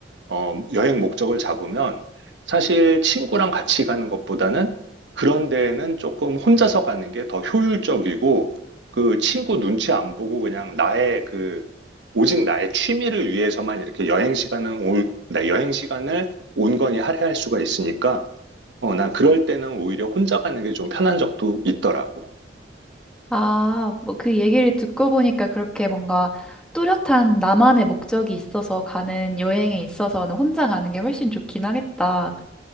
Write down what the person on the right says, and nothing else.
어, 여행 목적을 잡으면 사실 친구랑 같이 가는 것보다는 그런 데에는 조금 혼자서 가는 게 더 효율적이고 그 친구 눈치 안 보고 그냥 나의 그 오직 나의 취미를 위해서만 이렇게 여행 시간은 올, 나 여행 시간을 온건히 할애할 수가 있으니까 어, 난 그럴 때는 오히려 혼자 가는 게 좀 편한 적도 있더라고.